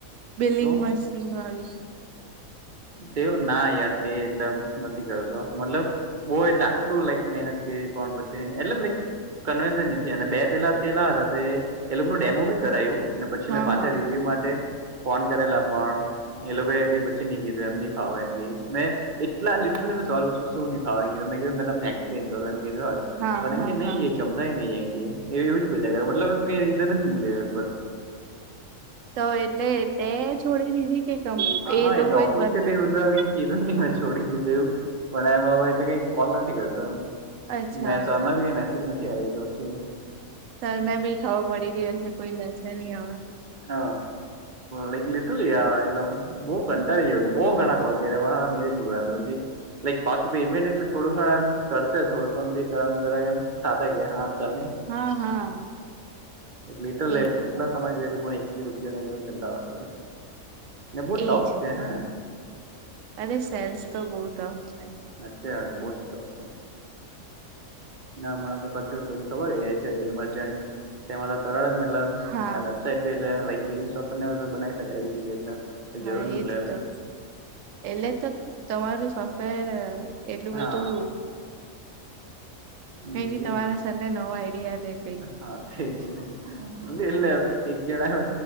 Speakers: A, on the right; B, on the right.
A: બિલિંગ
B: શું
A: મશીન વાળું
B: તેવું ના તે એટલે નથી કરતો મતલબ બહુ એટલે આટલું લાઈક મહેનત કરી પણ પછી એટલે મે કવેન્સ અને બે પેલા થેલા હતા તે એ લોકો નું ડેમો બી કરાયુ ને પછી
A: હા
B: મેં પાછા
A: હા
B: રિવ્યુ માટે ફોન કરેલા પણ એ લોકો એ બી ન કીધું એમ ની ફાવ એમ મેં એટલા લીટરલી મે સોલ્વ શું ની ફાવે મે તમને એક્સપ્લેન કરો એમ કીધું મેં
A: હા
B: પણ
A: હા
B: એમ
A: હા
B: નહી એ જમ નહીં <unintelligible> એવી જ બોલ મતલમ કઈ રીઝન જ
A: તો એટલે તે છોડી દીધી કે કમ
B: હા
A: એ લોકો
B: એટલે
A: એ
B: ઓફિશિયલી
A: જ બંધ કરી
B: હું તો
A: દીધ
B: કઈ કીધું નહી મેં છોડી દીધું એવું પણ એમ હવે એટલે કઈ કોલ નથી કરતો એમ
A: અચ્છા
B: મે
A: અચ્છા
B: સનાી કઈ મેસેજ નથી આવેલો પછી.
A: સર ને બી ખાો પડી ગયો કોઈ લસે નહી હવે
B: હ લખ લેતું આ આલમ બહુ કંટાળી જઉ બઉુ ઘણા કોલ કરી વાર મે જ ની ભ પછી. લાઈક પાછું પીમેન એટલે થોડુંણ એમ કર થોડુંણ બી જરામ થ કે હા. ચા
A: હા હા
B: લિટલ
A: એજ
B: કેટલા
A: તો
B: સમય ગ્યુ પણ બી રૂપયો ન લો કંટાળો આવી ગયો ને બહુ ટોફ
A: એજ
B: છે, હે
A: અરે સેન્સ તો બહુ તો આવશે
B: અચચા વાજે બહ જ સ્ટોક છે. ના હમણાં તો પછી પેલું ખબર હે એ આઇ છે ઈમરજન્ટ એમાં તો તરત જ મતલબ
A: હા
B: તે બિલ હે લાઈટ બીલીગ સોફ્ટ ને હેજે બનાઈ શકીએ ઈજલી એટલે
A: હા
B: જરૂર ની
A: એ
B: મલે
A: જ
B: એમ
A: તો એટલે તો તમારું સોફ્ટવેર એટલું બધું
B: હા હમ
A: કઈ નઈ
B: તેજ
A: તમારા
B: ને
A: સાથે નવા આઈડિયા દે કઈ.
B: હા થઈ છે એટલે એક જણા